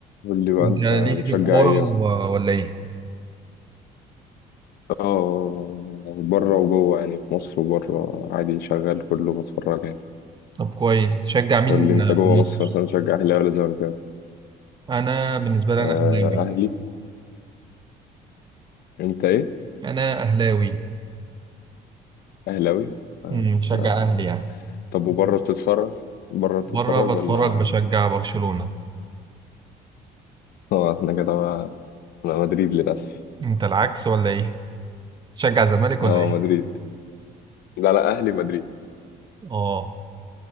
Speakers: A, on the left (about 70°); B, on the right (about 25°).
A: قول لي بقى
B: انت
A: انت
B: ليك
A: بتشجع
B: في الكورة
A: ايه
B: و- ولا ايه؟
A: اه بره وجوه يعني في مصر وبره عادي شغال كله بتفرج يعني
B: طب كويس بتشجع مين
A: قول لي انت جوه
B: في مصر؟
A: مصر مثلا بتشجع اهلي ولا زمالك
B: انا بالنسبة لي
A: آه
B: انا اهلاوي
A: اهلي انت ايه
B: انا اهلاوي
A: اهلاوي آه
B: امم،
A: مش-
B: بشجع
A: آه.
B: اهلي يعني
A: طب وبره بتتفرج بره بتتفرج
B: بره بتفرج
A: ولا
B: بشجع برشلونة
A: اه احنا كده بقى انا مدريد للاسف
B: انت العكس ولا ايه؟ بتشجع زمالك ولا
A: اه
B: ايه؟
A: مدريد لا لا اهلي مدريد
B: اه